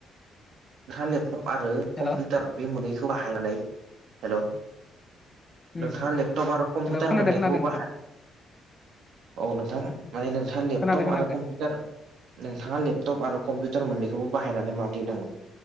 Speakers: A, on the right; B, on the left.
A: <unintelligible> लेपटप आरो
B: हेल'
A: कम्पिउटार बे मोननैखौ बाहायनानै हेल'
B: हेल'
A: नोंथाङा लेपटप आरो कम्पिउटार
B: खोनादों
A: मोननैखौबो
B: खोनादों नोंथां
A: बाहाय औ नोंथां माने नोंथाआ लेपटप
B: खोनादों खोनादों
A: आरो कम्पिउटार नोंथाङा लेपटप आरो कम्पिउटार मोन्नैखौबो बाहायनानै माब्रदि नाङो